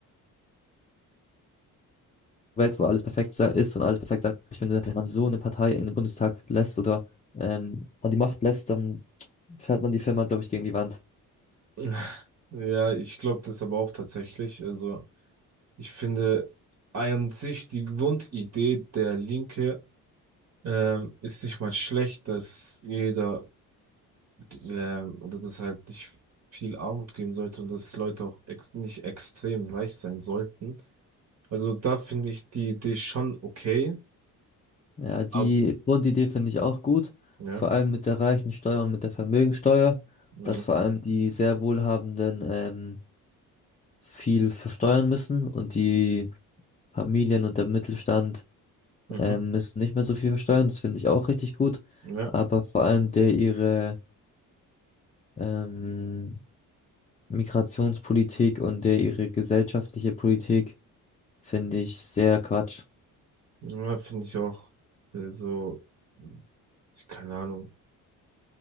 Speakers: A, on the left; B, on the right.
A: wo alles perfekt se- ist und alles perfekt sein. Ich finde, wenn man so eine Partei in den Bundestag lässt oder ähm, an die Macht lässt, dann fährt man die Firma, glaube ich, gegen die Wand.
B: <laughs> Ja, ich glaube das aber auch tatsächlich. Also, ich finde an sich die Grundidee der Linke Ähm, ist nicht mal schlecht, dass jeder ähm, oder dass halt nicht viel Armut geben sollte und dass Leute auch ex nicht extrem reich sein sollten. Also da finde ich die Idee schon okay,
A: Ja, die
B: aber
A: Grundidee finde ich auch gut.
B: ja,
A: Vor allem mit der Reichensteuer und mit der Vermögensteuer,
B: mhm,
A: dass vor allem die sehr Wohlhabenden ähm, viel versteuern müssen und die Familien und der Mittelstand
B: mhm,
A: ähm, müssen nicht mehr so viel versteuern. Das finde ich auch richtig gut.
B: ja,
A: Aber vor allem der ihre ähm, Migrationspolitik und der ihre gesellschaftliche Politik finde ich sehr Quatsch.
B: ja finde ich auch äh, so, mh, keine Ahnung.